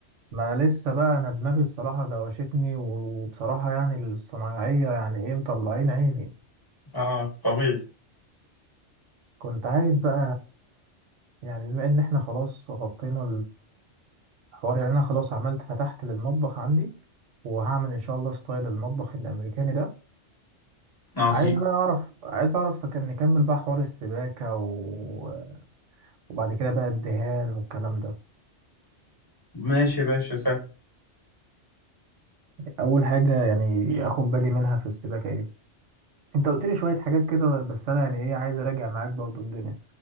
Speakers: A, on the right; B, on the left.
A: ما انا لسه بقى انا دماغي الصراحة دوشتني وبصراحة يعني الصنايعية يعني ايه مطلعين عيني
B: اه طبيعي
A: كنت عايز بقى يعني بما ان احنا خلاص غطينا الحوار يعني انا خلاص عملت فتحت للمطبخ عندي وهعمل ان شاء الله ستايل المطبخ الامريكاني ده
B: عظيم
A: عايز بقى اعرف عايز اعرف كان نكمل بقى حوار السباكة و... وبعد كده بقى الدهان والكلام ده
B: ماشي يا باشا سهل
A: اول حاجة يعني اخد بالي منها في السباكة ايه انت قلت لي شوية حاجات كده بس انا يعني ايه عايز اراجع معاك برضو الدنيا